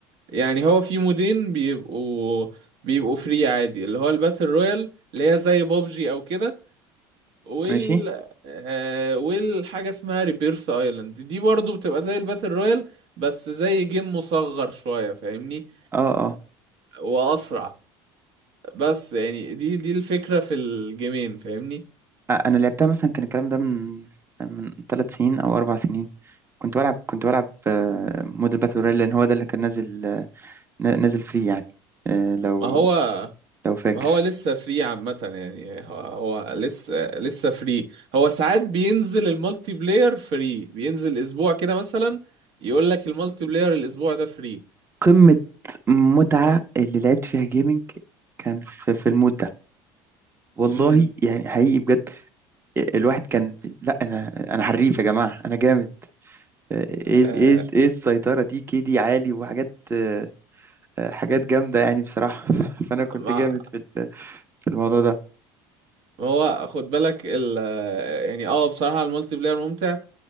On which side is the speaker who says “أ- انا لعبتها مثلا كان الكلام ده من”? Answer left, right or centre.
Right